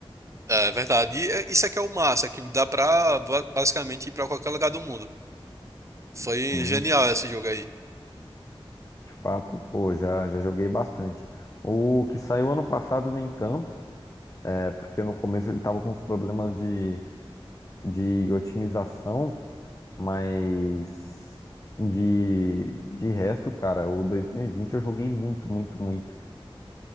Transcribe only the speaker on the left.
Sim,
de fato, pô, já, já joguei bastante. O que saiu ano passado, nem tanto, é porque no começo ele tava com uns problemas de, de otimização. Mas de, de resto, cara, o 2020 eu joguei muito, muito, muito.